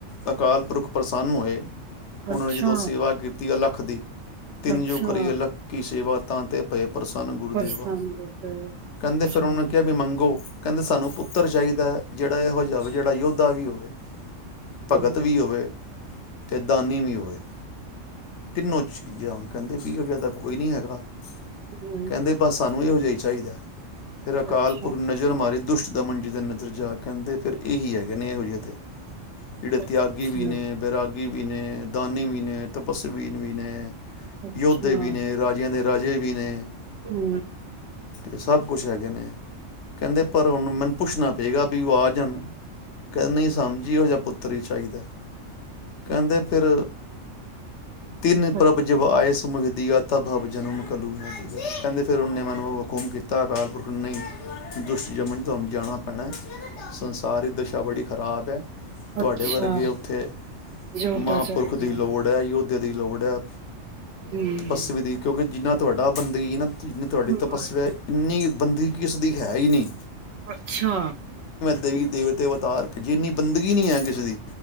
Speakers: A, on the left; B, on the right.
A: ਅਕਾਲ ਪੁਰਖ ਪ੍ਰਸੰਨ ਹੋਏ ਉਹਨਾਂ
B: ਅੱਛਾ
A: ਨੇ ਜਦੋਂ ਸੇਵਾ ਕੀਤੀ ਆ ਲੱਖ ਵੱਖ ਦੀ ਤਿੰਨ
B: ਅੱਛਾ
A: ਜੋ ਕਰੀ ਲੱਖ ਕੀ ਸਵਾਤੇ ਤ ਤੇ ਪਏ ਪ੍ਰਸੰਨ ਗੁਰਦੇਵ
B: ਪਰੇਸ਼ਾਨ
A: ਆ
B: ਕਰਦੇ
A: ਕਹਿੰਦੇ
B: ਅੱਛਾ
A: ਫਿਰ ਉਹਨਾਂ ਨੇ ਕਿਹਾ ਵੀ ਮੰਗੋ ਕਹਿੰਦੇ ਸਾਨੂੰ ਪੁੱਤਰ ਚਾਹੀਦਾ ਜਿਹੜਾ ਇਹੋ ਜਿਹਾਵੇ ਿਹੜਾ ਯੋੱਧਾ ਵੀ ਹੋਵੇ
B: ਹੂੰ
A: ਭਗਤ ਵੀ ਹੋਵੇ ਤੇ ਦਾਨੀ ਵੀ ਹੋ ਹੈ ਤਿੰਨੋ ਚੀਜ਼ਾਂ ਕਹਿੰਦੇ ਵੀ ਉਹ ਜਿਆਦਾ ਕੋਈ ਨੀ ਹੈਗਾ
B: ਹਮ
A: ਕਹਿੰਦੇ ਬਸ ਸਾਨੂੰ ਇਹੋ ਜਿਹੀ ਚਾਹੀਦਾ ਫਿਰ ਅਕਾਲ
B: ਅੱਛਾ
A: ਪੁਰ ਨਜ਼ਰ ਮਾਰੀ ਦੁਸ਼ਟ ਦਮਨ ਜੀ ਦੇ ਨਜ਼ਰ ਜਾ ਕਹਿੰਦੇ ਫਿਰ ਇਹੀ ਹੈਗੇ ਨੇ ਇਹੋ ਜਿਹੇ ਅਤੇ ਜਿਹੜੇ
B: ਅੱਛਾ
A: ਤਿਆਗੀ ਵੀ ਨੇ ਬੈਰਾਗੀ ਗੀ ਵੀ ਨੇ ਦਾਨੇ ਵੀ ਨੇ ਤਪੱਸ ਬੀ ਵੀ ਨੇ
B: ਅੱਛਾ
A: ਯੋਧੇ ਵੀ ਨੇ ਰਾਜਿਆਂ ਦੇ। ਰਾਜੇ ਵੀ ਨੇ
B: ਹੂ
A: ਤੇ ਸਭ ਕੁਛ ਹੈਗੇ ਨੇ। ਕਹਿੰਦੇ, ਪਰ ਉਹਨੂੰ ਮੈਨੂੰ ਪੁੱਛਣਾ ਬਗਾ ਵੀੀ ਆ ਜਾਣ <unintelligible> ਕਹਿੰਦੇ ਨਹੀਂ ਸਾਨੂ ਇਹੋ ਜਿਹਾ ਪੁੱਤਰ ਹੀ ਚਾਹੀਦਾ। ਕਹਿੰਦੇ ਫਿਰ, ਤਿੰਨ
B: ਵਾਹਿਗੁਰੂ
A: ਪ੍ਰਭ ਜਬ ਆਇਸ। ਮਦੀ <unintelligible> ਤਬ ਅਵਜਨ ਕਲੂ ਮਹਿ ਕਹਿੰਦੇ ਫਿਰ ਉਹਨੇ ਮੈਨੂੰ ਹੁਕਮ ਕੀਤਾ ਅਕਾਲ ਪੁਰਖ ਨਹੀਂ ਦੁਸ਼ਟ ਜਮਨ ਤੁਹਾਨੂੰ ਜਾਣਾ ਪੈਣਾ। ਸਾਰੀ ਦਿਸ਼ਾ ਬੜੀ ਖਰਾਬ ਹੈ। ਤੁਹਾਡੇ
B: ਅੱਛਾ,
A: ਵਰਗੇ ਉੱਥੇ
B: ਯੋਧਾ
A: ਮਹਾਂ
B: ਚਾਹੀਦੀ
A: ਪੁਰਖ ਦੀ
B: ਹੂੰ,
A: ਲੋੜ ਹੈ। ਯੋਧਿਆ ਦੀ ਲੋੜ ਹੈ,
B: ਹੂੰ।
A: ਤਪਸਵੀ ਦੀ ਕਿਉਂਕਿ ਜਿਨ੍ਹਾਂ ਤੁਹਾਡਾ ਬੰਦਗੀ ਨਾ ਜਿੰਨੀ ਤੁਹਾਡੀ ਤਪੱਸਿਆ
B: ਵਾਹਿਗੁਰੂ
A: ਇੰਨੀ ਬੰਦਗੀ ਕਿਸ ਦੀ ਹੈ ਹੀ ਨਹੀਂ।
B: ਅੱਛਾ
A: ਵੀ <unintelligible> ਦੇਵਤੇ ਅਵਤਾਰ ਭੇਜੀੇ ਜਿੰਨੀ ਬੰਦਗੀ ਨਹੀ ਹੈ ਕਿਸੇ ਦੀ।